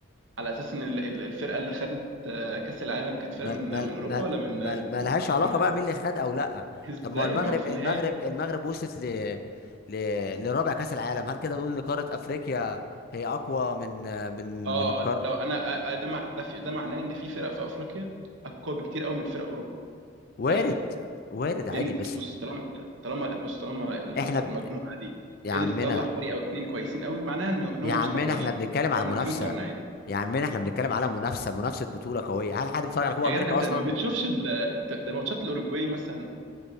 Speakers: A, on the right (about 70°); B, on the left (about 45°).
A: على أساس إن ال- ال- الفرقة اللي خدت آه، كأس العالم كانت فرقة
B: ما
A: من
B: ما
A: من أوروبا
B: ما
A: ولا من
B: ما
A: آه،
B: ما
A: من
B: لهاش
A: من
B: علاقه
A: آه،
B: بقى مين اللي خد او لا
A: <laughs> إزاي
B: طب ما هو المغرب
A: ما هو في
B: المغرب
A: النهاية
B: المغرب وصلت ل... ل... لرابع كاس العالم هل كده نقول ان قاره افريقيا هي اقوى من من
A: آه
B: من قار
A: لو أنا آه، آه، ده مع- ده في- ده معناه إن في فرق في أفريقيا أقوى بكتير قوي من فرق أوروبا
B: وارد
A: عادي
B: وارد عادي
A: لان
B: بس
A: بص طالما طالما بص طالما ال-
B: احنا ب...
A: المجموعه دي
B: يا عمنا
A: قدرت تطلع فريق او اتنين كويسين قوي معناها ان إن
B: يا
A: هم
B: عمنا
A: مش تعبانين
B: احنا بنتكلم على
A: او
B: منافسه
A: ان في مقارنه عادي
B: يا عمنا احنا بنتكلم على منافسه منافسه بطوله قويه هل حد بيتفرج على كوبا
A: يا
B: امريكا
A: جدع انت
B: اصلا
A: ما بتشوفش ال- ده ماتشات الاوروجواي مثلا